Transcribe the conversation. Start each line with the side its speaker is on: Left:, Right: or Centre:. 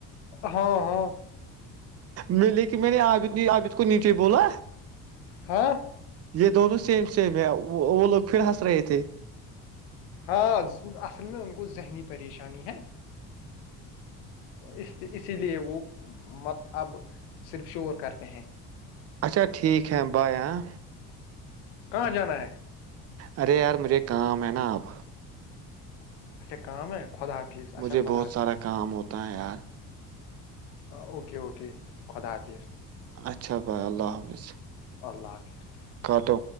Left: ہاں ہاں
Right: میں لے کے میں نے آبد آابد کو نیچے بولا
Left: ہاں
Right: یہ د تو سیم سیم ہے وہ لوگ پھر ہنس رہے تھے
Left: ہاں اصل میں ان کو ذہنی پریشانی ہے اس اسی لیے وہ مت اب صرف شور کرتے ہیں
Right: اچھا ٹھیک ہے بائے ہاں
Left: کہاں جانا ہے
Right: ارے یار مجھے کام ہے نا آپ
Left: اچھا کام ہے خدا حافظ
Right: مجھے
Left: اچھا خدا
Right: بہت
Left: حافظ
Right: سارا کام ہوتا ہے یار
Left: اوکے اوکے خدا حافظ
Right: اچھا بھائی اللہ حافظ
Left: اللہ حافظ الللہ
Right: کٹو